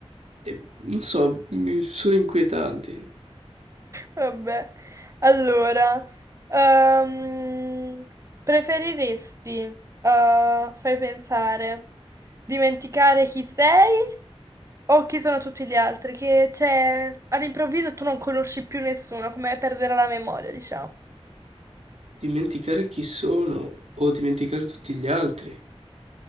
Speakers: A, on the right; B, on the right.
A: e non so, mi sono inquietanti.
B: Vabbè. Allora, ehm, preferiresti, eh, fai pensare, dimenticare chi sei O chi sono tutti gli altri? Che c'è all'improvviso tu non conosci più nessuno, come perdere la memoria, diciamo.
A: Dimenticare chi sono o dimenticare tutti gli altri.